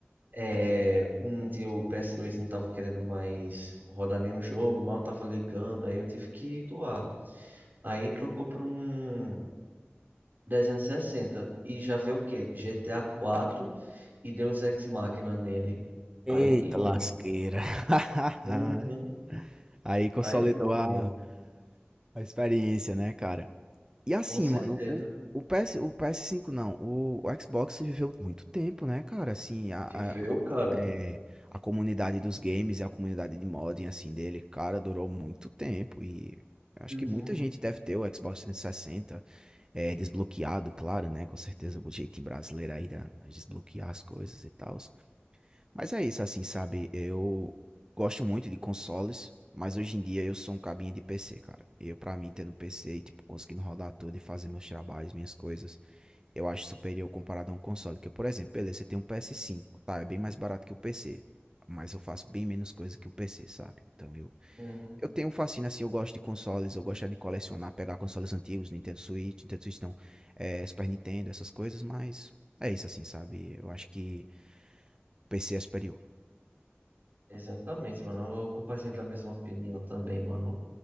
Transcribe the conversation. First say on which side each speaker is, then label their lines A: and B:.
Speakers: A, on the right; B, on the right.
A: É, um dia o PS2 não tava querendo mais rodar nenhum jogo, mal tava ligando, aí eu tive que doar. Aí trocou por um 360 e sessenta e já veio o que? GTA 4 E Deus Ex Machina nele.
B: Eita
A: Aí, mano
B: lasqueira. <laughs>
A: uhum.
B: Aí consolidou
A: Aí pronto,
B: a,
A: mano.
B: a experiência, né, cara? E assim,
A: Com certeza.
B: mano, o, o PS, o PS5 não, o, o Xbox viveu muito tempo, né, cara? Assim, a,
A: Viveu,
B: a,
A: cara.
B: é, a comunidade dos games e a comunidade de modding, assim, dele, cara, durou muito tempo. E acho
A: Uhum,
B: que muita gente deve ter o Xbox 360 é, desbloqueado, claro, né? Com certeza, o jeitinho brasileiro aí da- de desbloquear as coisas e tal. Mas é isso, assim, sabe? Eu gosto muito de consoles, mas hoje em dia eu sou um cabinho de PC, cara. Eu, pra mim, tendo PC e, tipo, conseguindo rodar tudo e fazer meus trabalhos, minhas coisas, eu acho superior comparado a um console. porque por exemplo, beleza, você tem um ps cinco tá? É bem mais barato que o PC. Mas eu faço bem menos coisa que o PC, sabe? Então eu,
A: uhum.
B: eu tenho um fascínio assim, eu gosto de consoles, eu gosto de colecionar, pegar consoles antigos, Nintendo Switch, Nintendo Switch não, é, Super Nintendo, essas coisas, mas é isso assim, sabe? Eu acho que o PC é superior.
A: Exatamente, mano. Eu compartilho da mesma opinião também, mano.